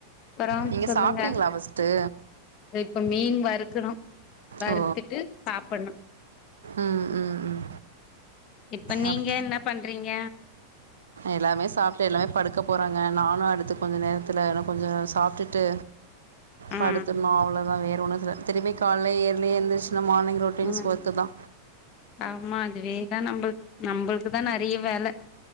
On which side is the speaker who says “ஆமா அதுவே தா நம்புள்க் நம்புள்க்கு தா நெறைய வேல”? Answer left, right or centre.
Left